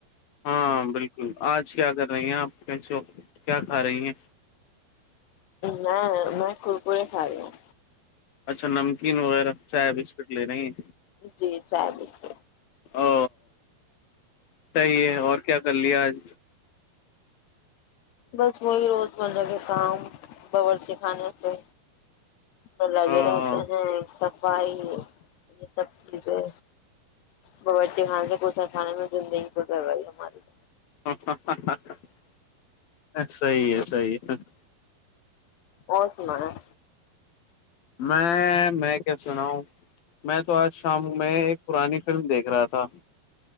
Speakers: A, on the left; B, on the left.
A: ہاں بالکل آج کیا کر رہی ہیں آپ کیسے وقت کیا کھا رہی ہیں
B: میں میں کورکور خ رہی ہوں
A: اچھا نمکین وغیرہ چائے بسکٹ لے رہی ہیں
B: جی چائے بسکٹ
A: او صحیح ہے اور کیا کر لیا آج
B: بس وہی روزمرہ کے کام باورچی خانے سے ملگ
A: ہاں
B: رہاتے ہ <unintelligible> ائی یہ سب چیز ہے باچی خانے سے کوھا کھانے میں زندگی کو گوائی ہماری <unintelligible>
A: ہ ہ <inaudible> صحی ہے صحیح ہے <unintelligible>
B: او سم <unintelligible>
A: میں میں کیا سنا ہوں میں تو آج شام میں ایک پرانی فلم دیکھ رہا تھا